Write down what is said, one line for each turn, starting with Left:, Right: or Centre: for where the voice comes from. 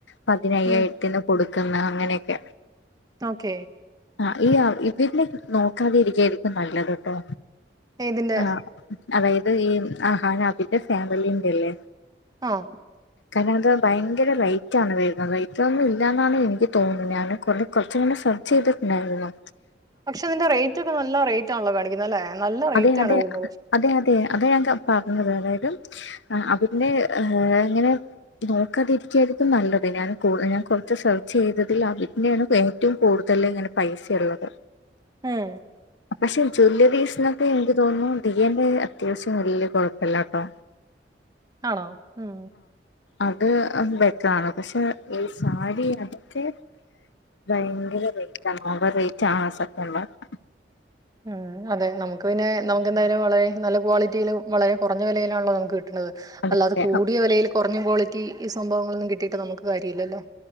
Left: പതിനയ്യായിരത്തിന്
Right: ഉം
Left: കൊട് ക്ന്ന അങ്ങനെയൊക്കെ.
Right: ഓക്കേ.
Left: ആഹ് ഈ ഇവരിനേ. നോക്കാതെരിക്കായിരിക്കു. നല്ലത്ട്ടോ
Right: ഇതിന്റെ
Left: ആഹ് അതായത് ഈ അഹാനാ അഭിന്റെ ഫാമിലിന്റെല്ലേ
Right: ആഹ്‌
Left: കാര്ണം അത് ഭയങ്കര റൈറ്റാണ് വരുന്നത് ഇതൊന്നും ഇല്ല എന്നാണ് എനിക്ക് തോന്നുന്നത് ഞാൻ കൊർ കൊർച് മുന്നെ സെർ ചെയ്തിട്ട്ണ്ടായിരുന്നു
Right: പക്ഷെ ഇതിന്റെ റൈറ്റ് ഒക്കെ നല്ല റേറ്റ് ആണല്ലോ കാണിക്കുന്നത് അല്ലെ നല്ല റേറ്റ്
Left: അതെ അതെ
Right: ആണ് വരുന്നത്
Left: അതെ അതെ അതാ ഞാൻ ക പർഞ്ഞത് അതായത് അതിന്റെ ഇങ്ങനെ നോക്കതിരിക്കായിരിക്കും നല്ലത് ഞാൻ കൊർ ഞാൻ കൊറച്ച് സെർച്ച് ചെയ്തതിൽ ആ വിറ്റ്ഞ്ഞേണ് ഏറ്റവും കൂട് തല് ങ്ങനെ പൈസ ഉള്ളത്
Right: ഉം
Left: പക്ഷെ ജ്വല്ലറീസിനൊക്കെ എനിക്ക് തോന്നുന്നു ദിയന്റെ അത്യാവശ്യം വല്യ കൊഴ്പ്പല്ല ട്ടോ
Right: ആണോ ഉം
Left: അത് ബെറ്റ്റാണ് പക്ഷെ ഈ സാരി അതൊക്കെ വയങ്കര റേറ്റ് ആണ് ഓവർ റേറ്റ് ആണ് സക്കന് റ്റ
Right: ഉം അതെ നമുക്ക് പിന്നെ നമുക്കെന്തായാലും വളരെ നല്ല ക്വാളിറ്റിയിലും വളരെ കുറഞ്ഞ വെലയിലാണല്ലോ നമുക്ക് കി ട്ട്ണത്
Left: അതൊക്കെ
Right: അല്ലാതെ കൂടിയ വിലയില് കൊർഞ്ഞ ക്വാളിറ്റി ഈ സംഭവങ്ങളൊന്നും കിട്ടിട്ട് നുമുക്ക് കാര്യല്ലല്ലോ